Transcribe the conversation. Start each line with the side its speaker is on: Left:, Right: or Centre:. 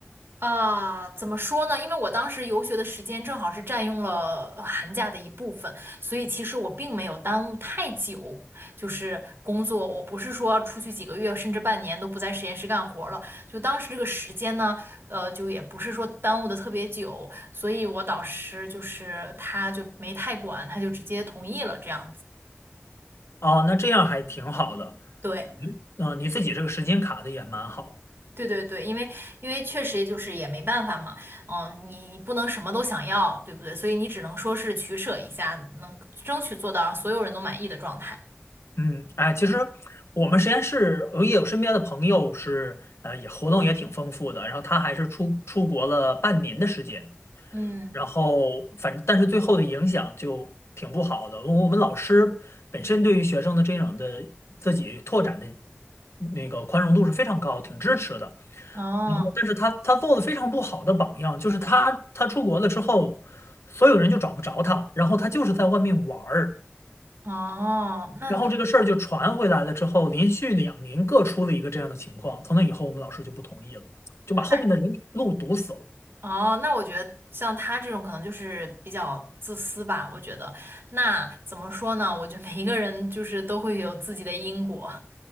Right: 啊，怎么说呢？因为我当时游学的时间正好是占用了呃寒假的一部分，所以其实我并没有耽误太久，就是工作，我不是说出去几个月甚至半年都不在实验室干活了，就当时这个时间呢，呃，就也不是说耽误的特别久，所以我导师就是他就没太管，他就直接同意了这样子。
Left: 哦，那这样还挺好的。
Right: 对。
Left: 嗯、你自己这个时间卡的也蛮好。
Right: 对对对，因为因为确实就是也没办法嘛，嗯，你你不能什么都想要，对不对？所以你只能说是取舍一下，能争取做到让所有人都满意的状态。
Left: 嗯，哎，其实我们实验室我也有身边的朋友是呃也活动也挺丰富的，然后他还是出出国了半年的时间，
Right: 嗯，
Left: 然后反正但是最后的影响就挺不好的。我们老师本身对于学生的这种的自己拓展的那个宽容度是非常高，挺支持的。
Right: 哦
Left: 然后，但是他他做的非常不好的榜样，就是他他出国了之后，所有人就找不着他，然后他就是在外面玩儿，
Right: 哦，那
Left: 然后这个事儿就传回来了之后，
Right: <laughs>
Left: 连续两年各出了一个这样的情况，从那以后我们老师就不同意了，就把后面的人路堵死了。
Right: 嗨哦，那我觉得像他这种可能就是比较自私吧，我觉得。那怎么说呢？我觉得每一个人就是都会有自己的因果，